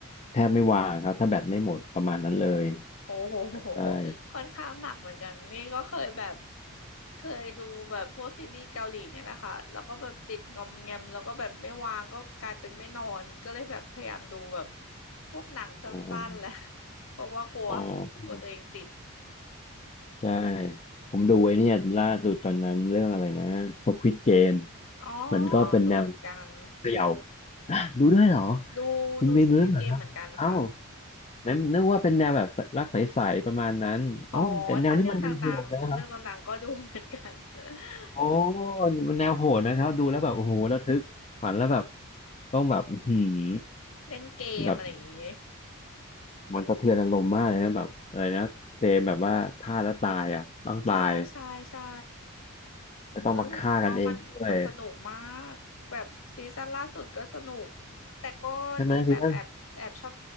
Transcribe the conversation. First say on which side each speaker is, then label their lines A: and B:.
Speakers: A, on the left; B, on the left.
A: แทบไม่ว่างครับถ้าแบตไม่หมดประมาณนั้นเลย
B: โอ้โห
A: ใช่
B: ค่อนข้างหนักเหมือนกันนี่ก็เคยแบบเคยดูแบบพวกซีรีส์เกาหลีเนี่ยแหละค่ะแล้วก็แบบติดงอมแงมแล้วก็แบบไม่วางก็กลายเป็นไม่นอนก็เลยแบบพยายามดูแบบพวกหนังสั้นๆแหละ
A: โอ้
B: <laughs> เพราะว่ากลัว
A: อ๋อ
B: กลัวตัวเองติด
A: ใช่ผมดูไอ้เนี่ยล่าสุดตอนนั้นเรื่องอะไรนะ Squid Game
B: อ๋อ
A: มันก็เป็นแนว
B: ดูเหมือนกัน
A: เขย่า ดูด้วยเหรอ
B: ดูดู
A: คุณเบมดูด้วยเหรอครับเอ้า
B: Squid Game เหมือนกันค่ะ
A: นล้นึกว่าเป็นแนวแบบรักใสๆประมาณนั้นเอ้าแต่แนวนี้มันยังโหดนะครับ
B: อ๋อถ้าเรื่องดังๆเรื่องดังๆก็ดูเหมือนกัน <laughs>
A: โอ้มันแนวโหดนะครับดูแล้วแบบโอ้โหระทึกขวัญแล้วแบบต้องแบบอื้อหืม
B: เล่นเกมอะไรอย่างงี้
A: แบบมันสะเทือนอารมณ์มากเลยนะแบบอะไรนะเตมแบบว่าพลาดแล้วตายอ่ะต้องตาย
B: ใช่ใช่ใช่
A: จะต้องมาฆ่ากันเองด้วย
B: รู้สึกว่ามันมันสนุกมากแบบซีซั่นล่าสุดก็สนุกแต่ก็นี่แบบแอบแอบชอบ
A: ใช่ไหมซีซั่น